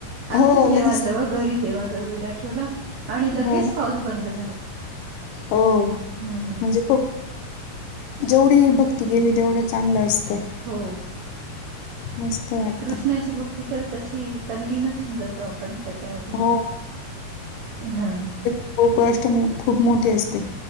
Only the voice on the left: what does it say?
हो
लगेच
हो ना
हो म्हणजे
खूप जेवढी भक्ती केली तेवढं चांगलं असते
मस्त वाटत
हो
गोकळा अष्टमी खूप मोठी असते